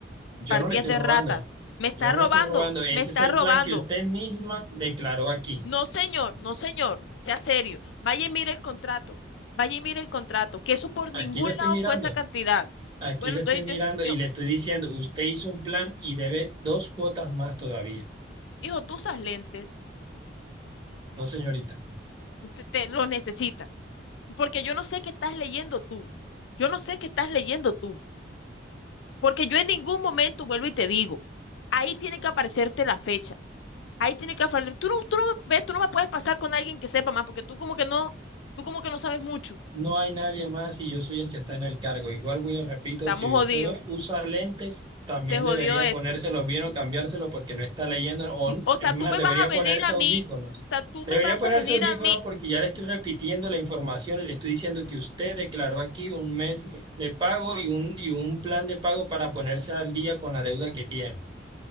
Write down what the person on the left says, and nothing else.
Partidas
de
ratas. Me está
robando,
me está
robando.
No, señor, no, señor, sea serio. Vaya y mire el contrato, vaya y mire el contrato, que eso por ningún
lado
fue esa cantidad.
Bueno,
entonces
yo, yo,
hijo, tú usas lentes,
te, te- los necesitas, porque yo no sé qué estás leyendo tú, yo no sé qué estás leyendo tú, porque yo en ningún momento vuelvo y te digo, ahí tiene que aparecerte la fecha, ahí tiene que aparecer, tú no, tú no ves, tú no me puedes pasar con alguien que sepa más, porque tú como que no, tú como que no sabes mucho.
Estamos
jodidos,
se jodió
esto.
O sea,
tú me
vas a venir
a
mí, o sea, tú
me vas
a venir
a mí.